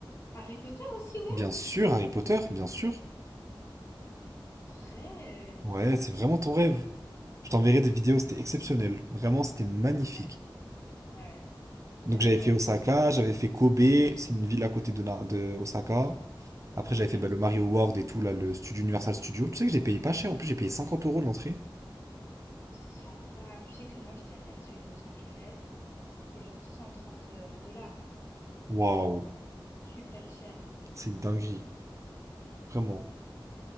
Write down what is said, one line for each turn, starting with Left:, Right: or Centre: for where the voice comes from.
Left: Harry Potter aussi World,
Right: Bien sûr, Harry Potter, bien sûr.
Left: Mon Rêve.
Right: Ouais, c'est vraiment ton rêve. Je t'enverrai des vidéos, c'était exceptionnel. Vraiment, c'était magnifique.
Left: Ouais, ouais. Il
Right: Donc
Left: est incroyable
Right: j'avais fait Osaka,
Left: ce.
Right: j'avais fait Kobe, c'est une ville à côté de, Na- de Osaka. Après
Left: Ok.
Right: j'avais fait bah, le Mario World et tout, là, le studio Universal Studio. Tu sais que j'ai payé pas cher, en plus j'ai payé cinquante euros l'entrée.
Left: Ça va. Tu sais que moi, j'étais allée à celui de Los Angeles. C'était genre 130 dollars. hein.
Right: Waouh,
Left: Super cher. hein.
Right: c'est une dinguerie, vraiment.